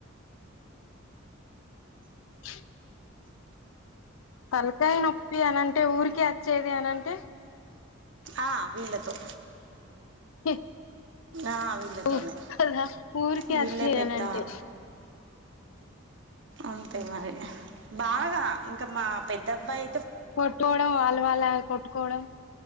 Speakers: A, on the left; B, on the right.
A: చు తలకాయి నొప్పి అనంటే ఊరికే అచ్చేది అనంటే.
B: ఆ వీళ్ళతో.
A: హి
B: ఆ, వీళ్ళతోనే
A: ఊ కదా ఊరికే
B: వీళ్ళే
A: అచ్చేది
B: పెద్ద
A: అనంటే.
B: అంతే మరి బాగా ఇంకా మా పెద్దబ్బాయి
A: పొట్టోడు వాళ్ళ వాళ్లే కొట్టుకోవడం.